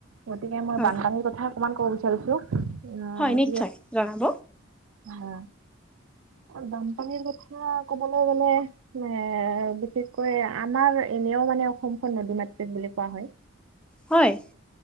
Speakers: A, on the right; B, in the centre.
A: গতিকে মই
B: হয়
A: বানপানীৰ কথা অকমান ক'ব বিচাৰিছো আ
B: হয় নিশ্চয় জনাব।
A: হয়, বানপানীৰ কথা কবলৈ গ'লে এ বিশেষকৈ আমাৰ এনেও মানে অসমখন নদী মাতৃক বুলি কোৱা হয়।
B: হয়,